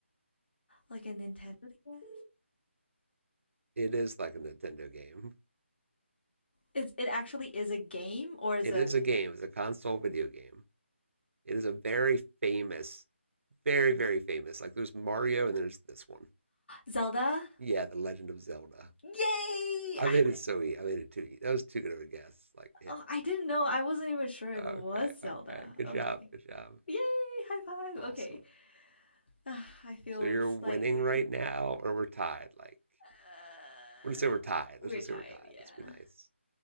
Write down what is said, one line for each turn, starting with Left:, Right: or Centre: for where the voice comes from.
Left: Like a Nintendo DS?
Right: It is like a Nintendo game.
Left: Is it actually is a game or is
Right: It
Left: a
Right: is a game. It's a console video game. It is a very famous, very very famous. Like there's Mario and there's this one.
Left: Zelda?
Right: Yeah, The Legend of Zelda.
Left: Yay!
Right: I
Left: I
Right: made it so easy. I made it too easy. That was too good of a guess. Like hint.
Left: oh, I didn't know. I wasn't even sure if
Right: Okay,
Left: it was Zelda.
Right: okay. Good
Left: Okay.
Right: job. Good job.
Left: Yay! High five.
Right: Awesome.
Left: Okay. Ah, I feel
Right: So you're
Left: slightly
Right: winning right now, or we're tied. Like
Left: uh,
Right: We'll just say we're tied.
Left: we're
Right: Let's just
Left: tired,
Right: say we're tied.
Left: yeah.
Right: Let's be nice.